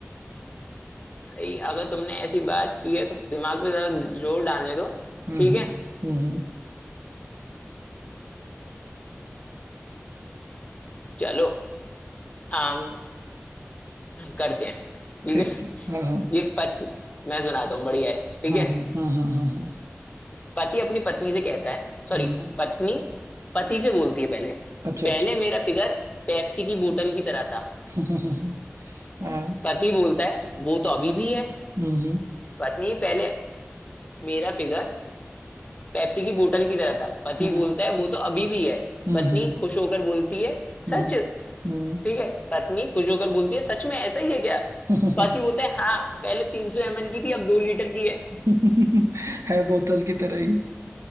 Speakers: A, on the left; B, on the right.
A: भाई अगर तुमने ऐसी बात की है तो दिमाग पे जरा जोर डालने दो
B: हम्म
A: ठीक
B: हम्म
A: है
B: हम्म,
A: चलो आम करते हैं ठीक
B: ठीक
A: है
B: ठीक हाँ हाँ
A: ये पत मैं सुनाता हूँ बढ़िया है ठीक
B: हाँ
A: है
B: हाँ हाँ हाँ
A: पति अपनी पत्नी से कहता है सॉरी
B: हाँ हाँ,
A: पत्नी पति से बोलती है पहले
B: अच्छा
A: पहले
B: अच्छा
A: मेरा फिगर पेप्सी की बोतल की तरह था
B: हाँ हाँ हाँ हाँ,
A: पति बोलता है वो तो अभी भी है
B: हम्म हम्म
A: पत्नी पहले मेरा फिगर पेप्सी की बोतल की तरह था पति
B: हम्म
A: बोलता है वो तो अभी भी है
B: हम्म
A: पत्नी
B: हम्म
A: खुश होकर बोलती है
B: हम्म,
A: सच
B: हम्म,
A: ठीक है पत्नी खुशबू होकर बोलती है सच में ऐसा ही है क्या
B: हम्म,
A: पति
B: <laughs>
A: बोलते हैं हाँ पहले तीन सौ एमएल की थी अब दो लीटर की है
B: <laughs> है बोतल की तरह ही